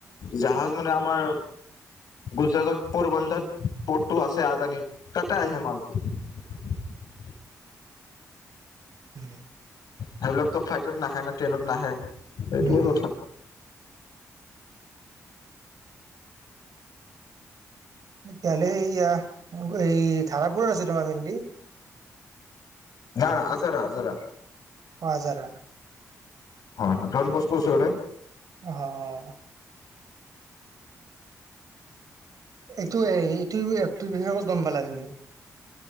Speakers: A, on the left; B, on the right.
A: জাহাজ মানে আমাৰ গুজৰাটত পৰবন্দৰ প'ৰ্টটো আছে, আদানীৰ তাতে আহে মালটো। <inaudible>
B: উম।
A: সেইবিলাকতো ফ্লাইটত নাহে না ট্ৰেইনত নাহে। সেইটোৱে
B: উম, হুম,
A: কথা। <inaudible>
B: কাইলে এয়া, এই ধাৰাপুৰত আছে তোমাৰ ভেণ্ডি।
A: না না আজাৰা আজাৰা।
B: অ', আজাৰা।
A: হয়, ডন বস্কোৰ ওচৰতে।
B: অহ অ'। এইটোৱে এইটো এপটো বিষয়ে ক'ত গম পালা তুমি?